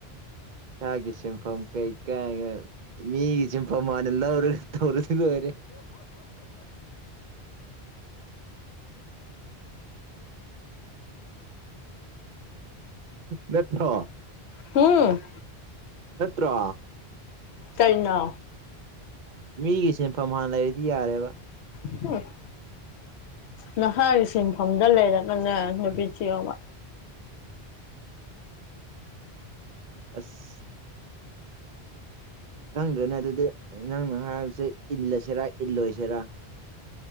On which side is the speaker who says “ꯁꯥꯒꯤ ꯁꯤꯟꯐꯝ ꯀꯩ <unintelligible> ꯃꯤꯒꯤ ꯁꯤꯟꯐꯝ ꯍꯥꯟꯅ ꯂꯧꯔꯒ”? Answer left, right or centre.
Right